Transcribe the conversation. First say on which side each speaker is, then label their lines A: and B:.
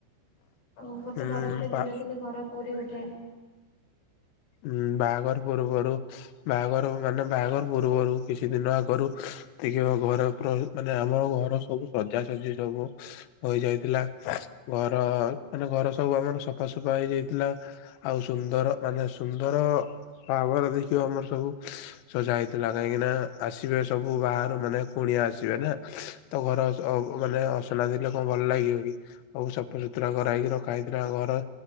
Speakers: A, on the left; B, on the left.
A: ଆଉ ଗୋଟେ
B: ହୁଁ
A: ଘରେ ଗୋଟେ
B: ବା
A: ଝିଅ ଥିଲେ ଘର ପୁରୀ ଉଠେ ଠେ।
B: ଉଁ ବାହାଘର ପୂର୍ବରୁ ବାହାଘର ମାନେ ବାହାଘର ପୂର୍ବରୁ କିଛି ଦିନ ଆଗରୁ ଦେଖିବ ଘର ପୁରା ମାନେ ଆମ ଘର ସବୁ ସଜାସଜି ସବୁ ହୋଇଯାଇଥିଲା। ଘର ମାନେ ଘର ସବୁ ଆମର ସଫାସଫା ହେଇଯାଇଥିଲା ଆଉ ସୁନ୍ଦର ମାନେ ସୁନ୍ଦର ଭାବର ଦେଖିବ ଆମର ସବୁ ସଜା ହେଇଥିଲା କାହିଁକି ନା ଆସିବେ ସବୁ ବାହାରୁ ମାନେ କୁଣିଆ ଆସିବେ ନା ତ ଘର ମାନେ ଅସନା ଥିଲେ କଣ ଭଲ ଲାଗିବ କି ସବୁ ସଫାସୁତୁରା କରା ହେଇକି ରଖା ହେଇଥିଲା ଘର।